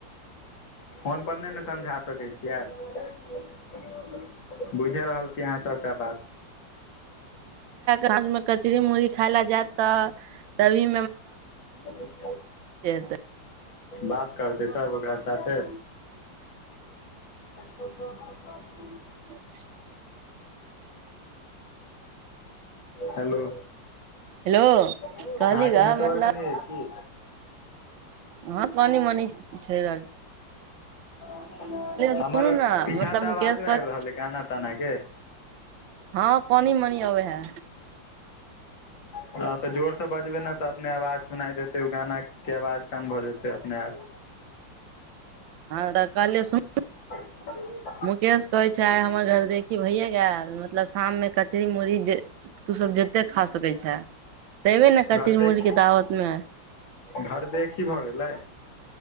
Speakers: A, on the left (about 80°); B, on the right (about 85°).
A: फोन पर नहि ने समझा सकैत छी। बुझि रहल छीयै अहाँ सबटा बात।
B: साँझ मे कचरी मुुरही खाय लए जायत तऽ तभी
A: <unintelligible> <unintelligible>
B: से <unintelligible>
A: बात करतै तब ओकरा साथे। <unintelligible>
B: <unintelligible>
A: हेलो
B: हेलो
A: अहाँके
B: कहली ग
A: नेटवर्क
B: मतलब
A: नै अय की?
B: हँ कनी मनी छैय <unintelligible>
A: हमर
B: सुनू ने
A: पीछा
B: मतलब
A: से
B: मुकेश
A: आवाजो
B: कहत
A: आबि रहलया गाना ताना के?
B: हँ कनि मनि अबैहा।
A: हँ त जोर से बजबै ने त अपने आवाज सुनाइ देतै ओ गानाके आवाज कम भ जेतै अपने आप।
B: हँ तकहलिये सुन
A: ह
B: मुकेश कहै छै आइ हमर घर देखी भैए गेल मतलब शाममे कचरी मुरही जे तू सब जते खा सकैत छे तऽ अयबे ने कचरी
A: घर देख
B: मुरही के दावत मे
A: घर देखीह भगेलै